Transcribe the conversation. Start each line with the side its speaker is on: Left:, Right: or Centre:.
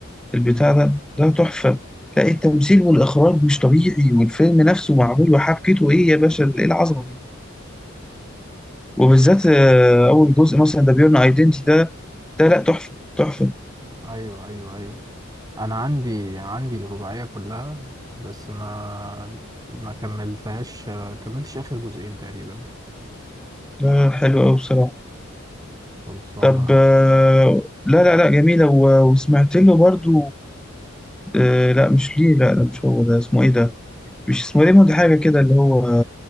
Centre: البتاع ده ده تحفه لا التمثيل والاخراج مش طبيعي والفيلم نفسه معمول وحبكته ايه يا باشا ايه العظمه دي وبالذات آه، اول جزء مثلا ده بيرن ايدنتي ده ده لا تحفه تحفه
Right: ايوه ايوه ايوه انا عندي عندي الرباعية كلها بس ما ما كملتهاش كملتش اخر جزئين تقريبا
Centre: لا حلو أوي بصراحة
Right: خلصانة
Centre: طب آه، لا لا لا جميلة و- وسمعت له برضو آه، لا مش ليه لا ده مش هو ده اسمه ايه ده مش اسمه ريموند حاجة كده اللي هو